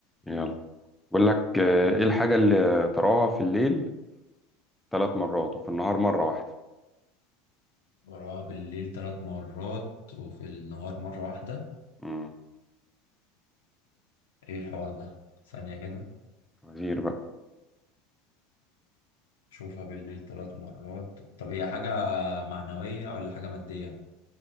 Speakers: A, in the centre; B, on the left (about 85°).
A: يلا بيقول لك آه ايه الحاجة اللي تراها في الليل ثلاث مرات وفي النهار مرة واحدة
B: وراها بالليل ثلاث مرات وفي النهار مرة واحدة
A: امم
B: ايه الحوار ده ثانية كده
A: فوازير بقى
B: شوفها بالليل ثلاث مرات طب هي حاجة معنوية ولا حاجة مادية